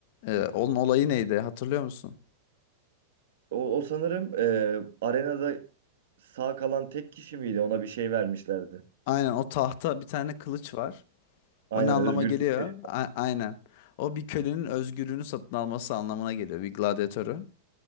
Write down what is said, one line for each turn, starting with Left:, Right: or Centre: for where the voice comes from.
Left: e, onun olayı neydi hatırlıyor musun?
Right: O, o sanırım e, arenada sağ kalan tek kişi miydi? Ona bir şey vermişlerdi.
Left: Aynen o tahta bir tane kılıç var.
Right: Aynen
Left: O ne anlama
Right: özgürlük
Left: geliyor?
Right: verir.
Left: A- aynen. O bir kölenin özgürlüğünü satın alması anlamına geliyor bir gladyatörün.